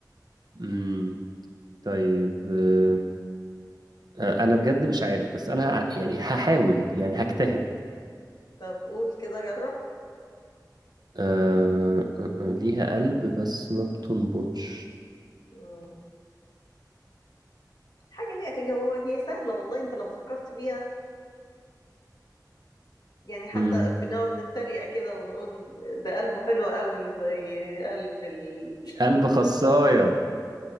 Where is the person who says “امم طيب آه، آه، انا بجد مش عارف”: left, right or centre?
Right